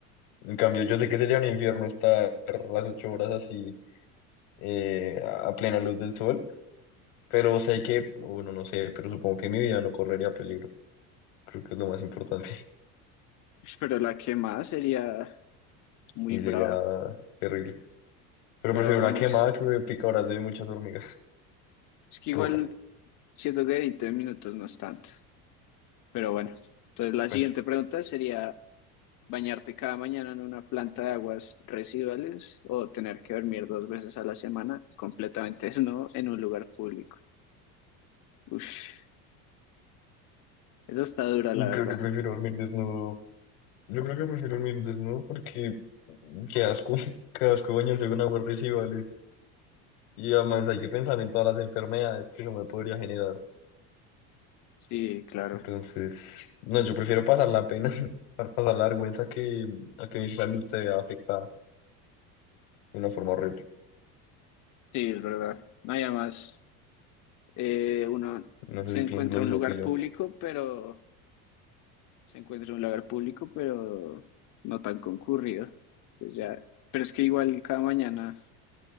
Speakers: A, on the left; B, on the left.
A: En cambio, yo sé que sería un infierno estar las ocho horas así eh, a plena luz del sol, pero sé que, bueno, no sé, pero supongo que mi vida no correría peligro. Creo que es lo más importante. <laughs>
B: Pero la quemada sería muy
A: Y
B: brava.
A: sería terrible. Pero
B: Pero
A: prefiero una
B: bueno,
A: quemada
B: sí-
A: que me picadoras de muchas hormigas
B: es que igual
A: rojas.
B: siento que 20 minutos no es tanto. Pero bueno, entonces la siguiente
A: Bueno,
B: pregunta sería, ¿bañarte cada mañana en una planta de aguas residuales o tener que dormir dos veces a la semana completamente desnudo en un lugar público? Uf, eso está dura,
A: y
B: la verdad.
A: creo que prefiero dormir desnudo. Yo creo que prefiero dormir desnudo porque mm, qué asco, <laughs> qué asco bañarse con aguas residuales. Y además hay que pensar en todas las enfermedades que eso me podría generar.
B: Sí, claro.
A: Entonces, no, yo prefiero pasar la pena, <laughs> pa- pasar la vergüenza que a que mi salud se vea afectada de una forma horrible.
B: Sí, es verdad. No hay más. eh, uno
A: No
B: se
A: sé si
B: encuentra
A: piensas lo mismo
B: un lugar
A: que yo.
B: público, pero se encuentra un lugar público, pero no tan concurrido. Pues ya, pero es que igual cada mañana